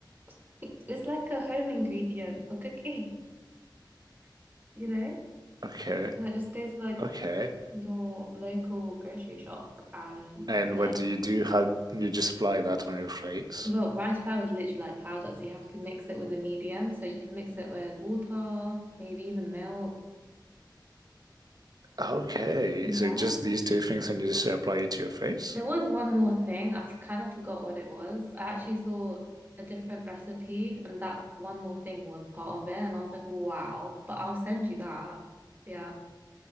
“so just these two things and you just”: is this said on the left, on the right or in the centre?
Right